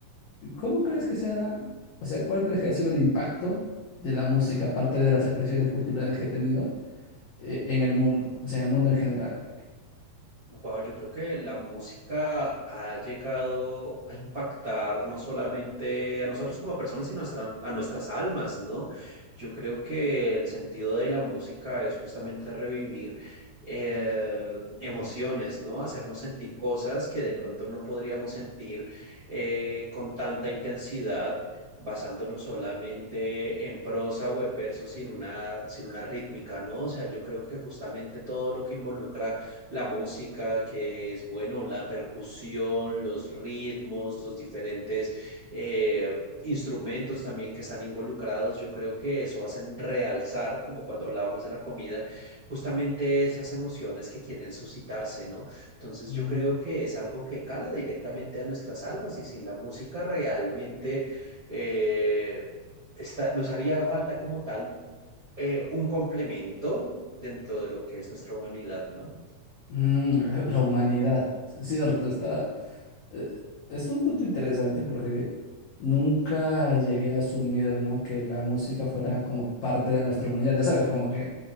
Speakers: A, on the left (about 75°); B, on the right (about 65°).
A: ¿cómo crees que sea, o sea, cuál crees que ha sido el impacto de la música, aparte de las expresiones culturales que ha tenido eh, en el mundo, o sea, en el mundo en general?
B: Wow, yo creo que la música ha llegado a impactar no solamente a nosotros como personas, sino nuestra- a nuestras almas, ¿no? Yo creo que el sentido de la música es justamente revivir eh, emociones, ¿no? Hacernos sentir cosas que de pronto no podríamos sentir eh, con tanta intensidad, basándonos solamente en prosa o en verso sin una, sin una rítmica, ¿no? O sea, yo creo que justamente todo lo que involucra la música, que es, bueno, la percusión, los ritmos, los diferentes eh, instrumentos también que están involucrados. Yo creo que eso hacen realzar, como cuando hablábamos de la comida, justamente esas emociones que quieren suscitarse, ¿no? Entonces
A: Mm,
B: yo creo que es algo que cala directamente a nuestras almas y sin la música realmente eh, está- nos haría falta como tal eh, un complemento dentro de lo que es nuestra humanidad, ¿no?
A: mm, la humanidad, cierto, está. eh, es un punto interesante porque nunca llegué a asumir, ¿no? Que la música fuera como parte de nuestra humanidad. Ya sabes, como que